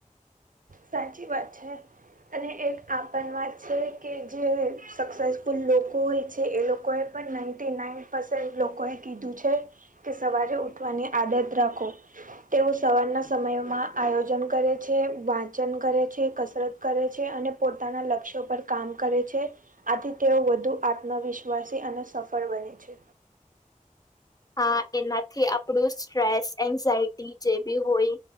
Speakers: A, on the right; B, on the left.
A: સાચી વાત છે. અને એક આન વાત છે કે, જે સક્સેસફુલ લોકો હોય છે એ લોકોએ પણ નાઇન્ટી નાઇન પસેન્ટ લોકોએ કીધું છે. કે સવારે ઉઠવાની આદત રાખો. તેવું સવારના સમયમાં આયોજન કરે છે. વચન કરે છે, કસરત કરે છે, અને પોતાના લક્ષ્યો પર કામ કરે છે. આથી તેઓ વધુ આત્મવિશ્વાસી અને સફળ બને છે.
B: હા, એનાથી આપણું સ્ટ્રેસ, એન્ઝાયટી જે બી હોય.